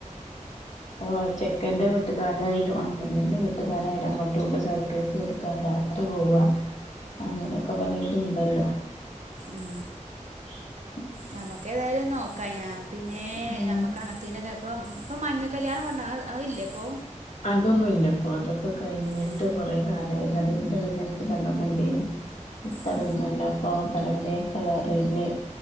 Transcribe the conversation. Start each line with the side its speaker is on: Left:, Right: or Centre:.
Left: ഓ ചെക്കന്റെ വീട്ട്കാരായാലും ആമ്പെണ്ണിന്റെ വീട്ട്കാരായിട് അങ്ങോട്ടു ണ്ട് സർപ്രൈസ് കൊടുക്കുക രാത്രി പോവ അങ്ങനോക്കെ പലെ തും ണ്ടല്ലോ
Right: മ്
Left: <unintelligible>
Right: ഞമ്മകെ തായാലും നോക്കാ ഞാ പിന്നെ
Left: ഉം
Right: ഞമ്മക്ക് അങ്ങത്തെ ന് ക്കെ ഇപ്പം ഇപ്പൊ മഞ്ഞക്കല്യാണ പർണ അ അഹ് ല്ലെ പ്പൊ?
Left: അതൊന്നുല്ലപ്പൊ അതൊക്കെ കഴിഞ്ഞിട്ട്
Right: ഏ
Left: കുറെ കാലായി അതിന്റെ കല്യാണത്തിന്റന്നൊക്കെണ്ടേയ് നി ഇപ്പ
Right: ആ
Left: അതൊന്നുംല്ല ഇപ്പൊ പല പല കളറില്